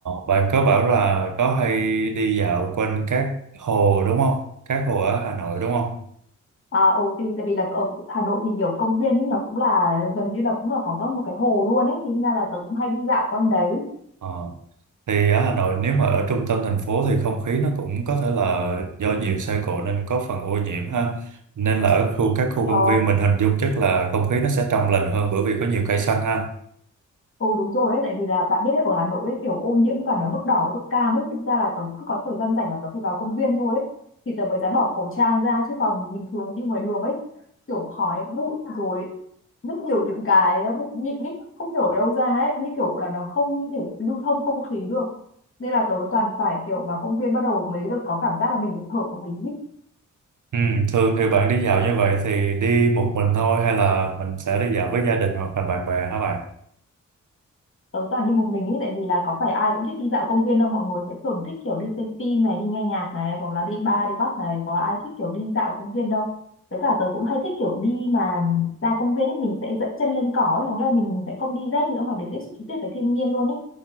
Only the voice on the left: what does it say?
à ừ thì tại vì là ở Hà Nội thì nhiều công viên ấy nó cũng là gần như là cũng là có các- một cái hồ luôn ấy thì ra là tớ cũng hay đi dạo quanh đấy
ờ
Ừ đúng rồi đấy, tại vì là bạn biết đấy, ở Hà Nội ấy, kiểu ô nhiễm toàn ở mức đỏ với mức cam ấy, thực ra là tớ cứ có thời gian rảnh là tớ phải vào công viên thôi ấy, thì tớ mới dám bỏ khẩu trang ra, chứ còn bình thường đi ngoài đường ấy, kiểu khói, bụi rồi rất nhiều những cái bụi mịn ấy, không hiểu ở đâu ra ấy, như kiểu là nó không thể lưu thông không khí được. Nên là tớ toàn phải kiểu vào công viên bắt đầu mới được có cảm giác là mình được thở một tí.
tớ toàn đi một mình ấy tại vì là có phải ai cũng thích đi dạo công viên đâu mọi người sẽ thường thích kiểu đi xem phim này đi nghe nhạc này hoặc là đi bar đi pub này có ai thích kiểu đi dạo công viên đâu với cả tớ cũng hay thích kiểu đi mà ra công viên ấy mình sẽ dẫm chân lên cỏ ấy, có nghĩa là mình sẽ không đi dép nữa mà để tiếp xúc trực tiếp với thiên nhiên luôn ấy